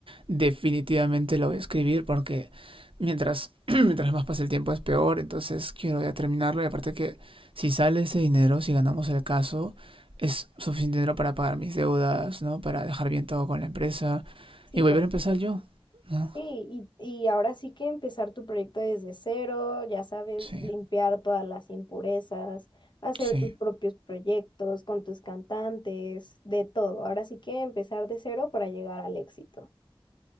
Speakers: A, on the right (about 65°); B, on the left (about 50°).
A: Definitivamente lo voy a escribir porque mientras, <clears throat> mientras más pasa el tiempo es peor. Entonces quiero ya terminarlo. Y aparte que si sale ese dinero, si ganamos el caso, es suficiente dinero para pagar mis deudas, ¿no? Para dejar bien todo con la empresa
B: Sí,
A: y volver
B: por
A: a empezar
B: supuesto.
A: yo, ¿no?
B: Sí, y, y ahora sí que empezar tu proyecto desde cero, ya sabes,
A: Sí.
B: limpiar todas las impurezas, hacer
A: Sí.
B: tus propios proyectos con tus cantantes, de todo. Ahora sí que empezar de cero para llegar al éxito.